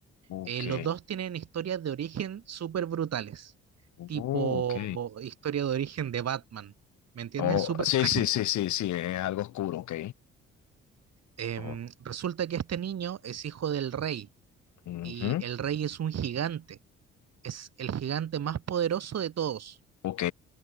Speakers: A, on the left (about 75°); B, on the right (about 60°).
A: Ok,
B: Eh, los dos tienen historias de origen súper brutales,
A: oh,
B: tipo
A: ok.
B: historia de origen de Batman, ¿me entiendes?
A: Oh,
B: Súper
A: sí,
B: trágico.
A: sí, sí, sí, sí, es algo oscuro, ok.
B: Em,
A: Oh,
B: resulta que este niño es hijo del rey
A: ujú,
B: y el rey es un gigante, es el gigante más poderoso de todos
A: Ok,